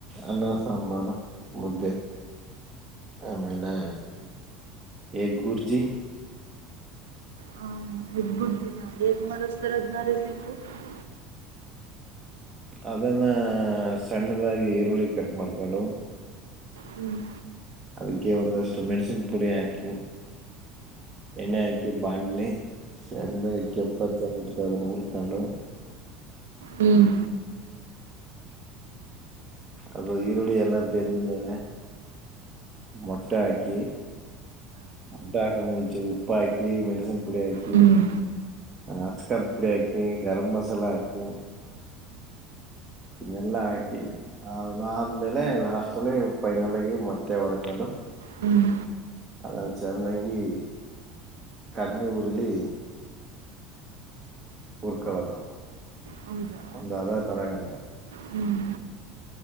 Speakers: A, on the right; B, on the right.
A: ಅನ್ನ ಸಂಬಾರ ಮುದ್ದೆ ಆಮೇಲೆ ಎಗ್ ಬುರ್ಜಿ
B: ಹ ಎಗ್ ಬುರ್ಜಿ ಎ ಮರುಸ್ತರ್ನ ರೆ ಸಿಿಪಿ <unintelligible>
A: ಅದನ್ನು ಸಣ್ಣದಾಗಿ ಈರುಳ್ಳಿ ಕಟ್ ಮಾಡ್ಕೊಂಡು
B: ಹ್ಮ್
A: ಅದಕ್ಕೆ ಒಂದಷ್ಟು ಮೆಣಸಿನ್ ಪುಡಿ ಹಾಕಿ ಎಣ್ಣೆ ಹಾಕಿ ಬಾಾಣಲಿ ಸಂದ ಇ ಕೆಪ್ಪತ್ ಅದನ್ನ ಉರ್ಕೊಂಡು
B: ಹ್ಮ್
A: ಅದು ಈರುಳ್ಳಿ ಎಲ್ಲ ಬೆಂದ ಮೇಲೆ ಮೊಟ್ಟೆ ಹಾಕಿ ಮೊಟ್ಟೆ ಹಕ್ಕಾಕೆ ಮುಂಚೆ ಉಪ್ಪ ಹಾಕಿ ಮೆಣಸು ಪುಡಿ ಹಾಕಿ
B: ಹ್ಮ್
A: ಅಕರ ಪುಡಿ ಹಾಕಿಿ ಗರಂ್ ಮಸಾಲಾ ಹಾಕಿ ಇನ್ನಲ್ಲಾ ಹಾಕಿ ಅ್ಮೇಲೆ ಲಾಸ್ಟ ಅಲ್ಲಿ ಫೈನಲ್ಗಿ ಮತ್ತೆ ಹೊರ್ಗದು
B: ಹ್ಮ್
A: ಅದ ಚೆಂದಾಗಿ ಕಡಿಮೆ ಊರಿಲ್ಲಿ ಹುರ್ಕೊಳ್ಳೋದು
B: ಹೌದಾ
A: ಒಂದು ಅದ ಬರಂತ
B: ಹ್ಮ್